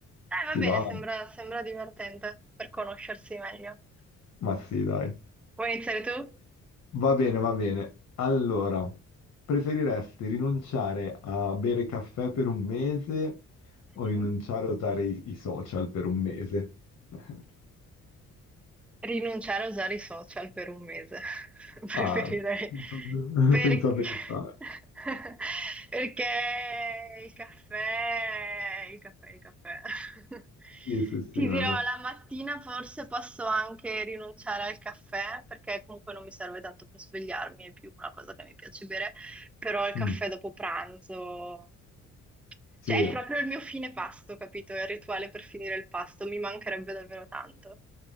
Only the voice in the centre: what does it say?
Eh, va
bene,
sembra, sembra divertente per conoscersi meglio.
Vuoi iniziare tu?
Mm.
Rinunciare a usare i social per un mese, <laughs>
preferirei.
Perché...
<laughs> Perché il caffè, il caffè, il caffè. <laughs>
Ti dirò,
la mattina forse posso anche rinunciare al caffè, perché comunque non mi serve tanto per svegliarmi, è più una cosa che mi piace bere, però il caffè
dopo pranzo.
Cioè, è proprio il mio fine pasto, capito? È il rituale per finire il pasto, mi mancherebbe davvero tanto.